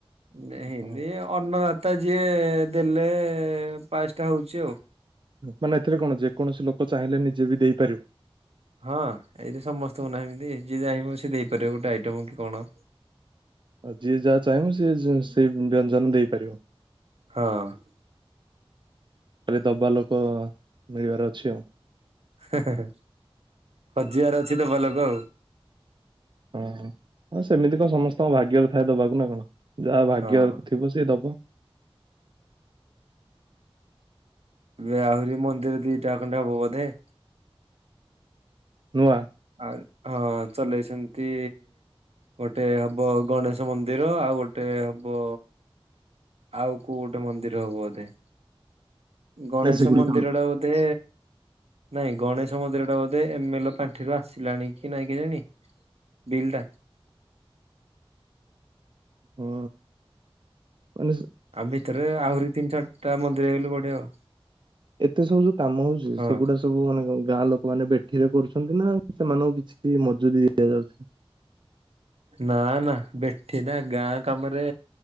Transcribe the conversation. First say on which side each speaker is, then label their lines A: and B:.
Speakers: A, on the right; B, on the right.
A: ହେଇନି
B: ହଁ
A: ଅନ୍ନଦାତା ଯିଏ ଦେଲେ ପାଶଟା ହଉଛି।
B: ମାନେ ଏଥିରେ କଣ ଯେକୌଣସି ଲୋକ ଚାହିଁଲେ ନିଜେ ବି ଦେଇପାରିବ।
A: ହଁ ଏଇଠି ସମସ୍ତଙ୍କୁ ନାଏମିତି ଯିଏ ଚାହିଁବ ସିଏ ଦେଇପାରିବ ଗୋଟେ ଆଇଟମ କି କଣ।
B: ଆଉ ଯିଏ ଯାହା ଚାହିଁବ ସିଏ ସେଇ ବ୍ୟଞ୍ଜନ ଦେଇପାରିବ।
A: ହଁ।
B: ଖାଲି ଦବା ଲୋକ ମିଳିବାର ଅଛି।
A: ହେ ହେ ହେ ଖୋଜିବାର ଅଛି ତ ଭଲୋକ
B: ହଁ ହଁ ସେମିତି କଣ ସମସ୍ତଙ୍କ ଭାଗ୍ୟର ଥାଏ ଦେବାକୁ ନା କଣ ଯାହା ଭାଗ୍ୟ
A: ହଁ।
B: ଥିବ ସିଏ ଦବ।
A: ଏବେ ଆହୁରି ମନ୍ଦିର ଦିଟା ଖଣ୍ଡେ ହବ ବୋଧେ।
B: ନୂଆ?
A: ଆ ହଁ ଚଲେଇଛନ୍ତି। ଗୋଟେ ହବ ଗଣେଶ ମନ୍ଦିର ଆଉ ଗୋଟେ ହବ ଆଉ କୋଉ ଗୋଟେ ମନ୍ଦିର ହବ ବୋଧେ। ଗଣେଶ
B: ନା ସେଗୁଡିକ
A: ମନ୍ଦିରଟା ବୋଧେ ନାଇଁ ଗଣେଶ ମନ୍ଦିର ଟା ବୋଧେ ଏମଏଲ ପାଣ୍ଠିରୁ ଆସିଲାଣି କି ନାଇଁ କେୟାଣୀ? ବିଲଟା
B: ହଁ ମାନ
A: ଆ ଭିତରେ ଆହୁରି ତିନି ଚାରିଟା ମନ୍ଦିର ହେଇଗଲେ ବଢିଆ ଆଉ।
B: ଏତେ ସବୁ ଯୋଉ କାମ ହଉଛି
A: ହଁ
B: ସେଗୁଡା ସବୁ ମାନେ ଗାଁ ଲୋକମାନେ ବେଠିରେ କରୁଛନ୍ତି ନା ସେମାନଙ୍କୁ କିଛି ମଜୁରି ଦିଆଯାଉଛି?
A: ନା ନା ବେଠି ନା ଗାଁ କାମରେ